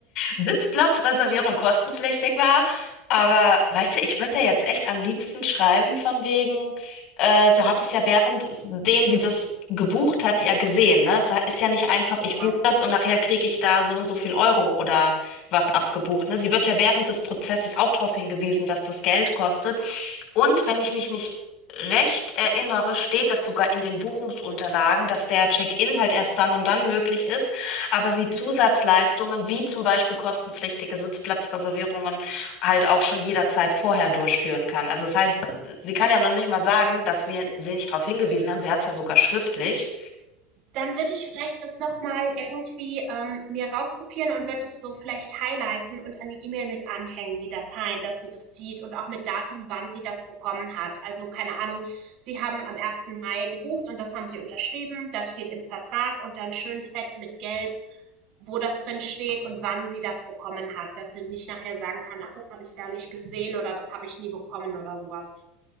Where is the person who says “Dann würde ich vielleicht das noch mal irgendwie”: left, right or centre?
Right